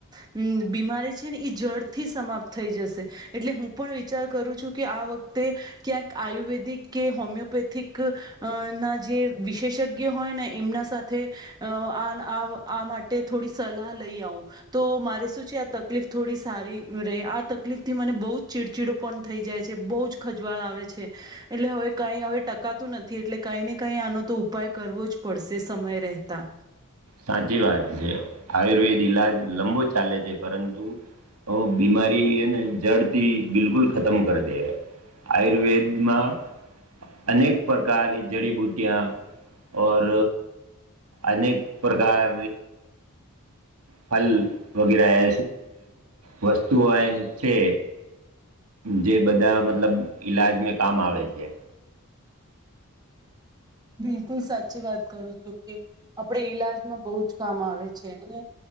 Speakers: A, on the right; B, on the right.
A: હમ, બીમારી છે ને, એ જડ. થી સમાપ્ત થઈ જશે, એટલે હું પણ વિચાર કરું છું કે, આ વખતે. ક્યાંક આયુર્વેદિક કે, હોમિયોપેથિક. અ ના જે વિશેષજ્ઞ હોય ને, એમના સાથે. અ આમાટે થોડી સલાહ લઈ આવું. તો મારે શું છે, આ તકલીફ થોડી સારી. રહે, આ તકલીફથી મને બહુ જ ચીડચીડો પણ થઈ જાય છે, બહુ જ ખજવાળ આવે છે. એટલે હવે કઈ હવે ટકાતું નથી, એટલે કઈ ને કઈ આનો તો ઉપાય કરવો જ પડશે સમય રહેતા.
B: સાચી વાત છે, આયુર્વેદ ઈલાજ લંબો ચાલે છે, પરંતુ ઓ બીમારી એને જડથી બિલકુલ ખતમ કરી દે. આયુર્વેદમાં. અનેક પ્રકારની જડીબુટિયા ઔર અનેક. પ્રકાર ફલ <unintelligible> વગેરા વસ્તુઓ છે. જે બધા મતલબ ઈલાજ મેં કામ આવે છે.
A: બિલકુલ, સાચી વાત કરું છો કે, આપડે ઈલાજમાં બહુ જ કામ આવે છે, અને